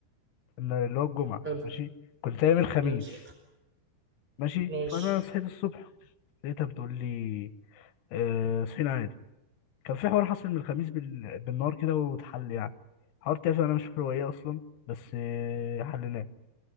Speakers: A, on the left (about 75°); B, in the centre.
A: إن اللي هو الجمعة
B: حلو
A: ماشي كنت نايم الخميس
B: ماشي
A: ماشي
B: ماشي
A: فأنا صحيت الصبح لقيتها بتقول لي آه، صحينا عادي كان في حوار حصل من الخميس بال... بالنهار كده واتحل يعني حوار تافه أنا مش فاكر هو إيه أصلا بس آه، حلناه